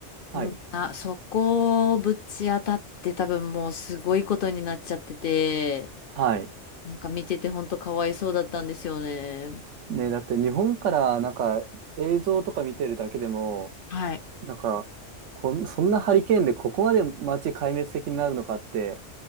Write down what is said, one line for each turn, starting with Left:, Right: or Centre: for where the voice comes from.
Right: はい。
Left: うんあ、そこをぶち当たって多分もうすごいことになっちゃってて、
Right: はい。
Left: なんか見ててほんとかわいそうだったんですよね。
Right: ね、だって日本からなんか映像とか見てるだけでも、
Left: はい。
Right: なんか、こん、そんなハリケーンでここまで街壊滅的になるのかって、